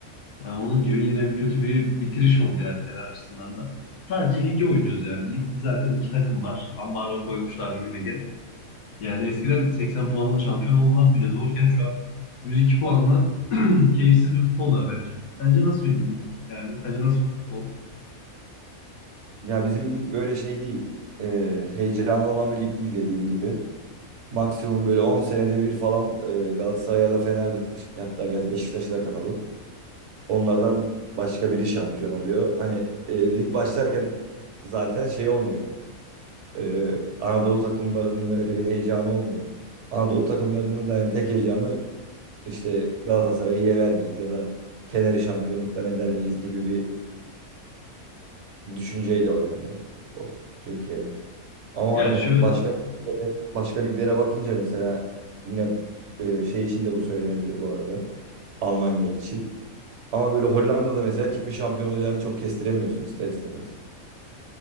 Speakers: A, on the left; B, on the right.
A: Ha, onun gibi yine bir kötü bir bitiriş oldu yani Fener açısından da. Sadece lige oynuyoruz yani. Ligde zaten iki takım var. Ambargo koymuşlar gibi lige. Yani eskiden 80 puanla şampiyon olmak bile zorken şu an 102 puanla <clears throat> keyifsiz bir futbol var bence. Sence nasıl bir lig? Yani sence nasıl bir futbol?
B: Ya bizim lig böyle şey değil. E, heyecanı olan bir lig değil dediğin gibi. Maksimum böyle 10 senede bir falan e, Galatasaray ya da Fener'de hatta yani Beşiktaş'ı da katalım. Onlardan başka biri şampiyon oluyor. Hani e, lig başlarken zaten şey olmuyor. E, Anadolu takımlarının öyle bir heyecanı olmuyor. Anadolu takımlarının da hani tek heyecanı işte Galatasaray'ı yener miyiz ya da Fener'i şampiyonluktan eder miyiz gibi bir e, düşünceyle oynanıyor futbol Türkiye'de. Ama
A: Yani
B: hani
A: şöyle
B: başka başka liglere bakınca mesela yine e, şey için de bu söylenebilir bu arada. Almanya için. Ama böyle Hollanda'da mesela kimin şampiyon olacağını çok kestiremiyorsun ister istemez.